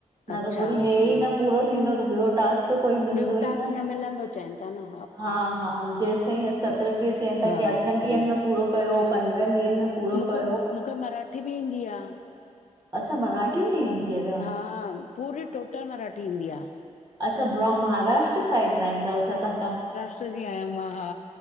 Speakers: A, on the right; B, on the left.
A: न
B: अच्छा
A: त पो वरी हे ई न पूरो थींदो त ॿियो टास्क कोई मिलंदो
B: ॿियो टास्क
A: ई न
B: मिलंदो चवनि था न
A: हा हा जेसि ताईं हीअ सत्र टीह चवनि था
B: हा
A: की अठ ॾींहंनि में पूरो कयो पंद्रहनि ॾींहंनि में पूरो
B: मूंखे
A: कयो
B: मूंखे मराठी बि ईंदी आ
A: अच्छा मराठी? कॾ में ईंदी आहे <inaudible>
B: हा, पूरी टोटल मराठी ईंदी आ।
A: अच्छा ब्र महाराष्ट्र साइड रहंदा छा तव्हां
B: उथदी आहिया मां हा